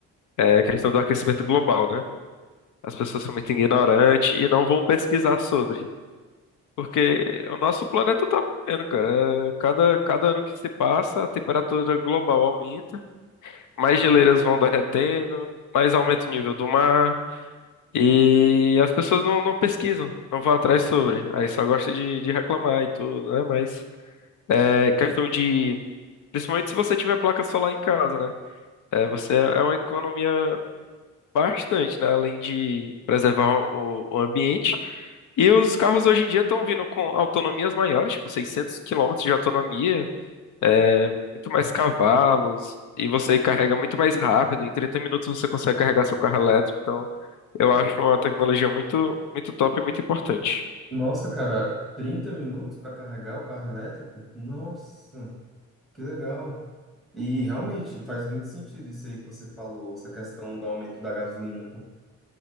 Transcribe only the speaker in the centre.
Nossa, cara, 30 minutos para carregar o carro elétrico? Nossa, que legal. E realmente faz muito sentido isso aí que você falou, essa questão do aumento da gasolina,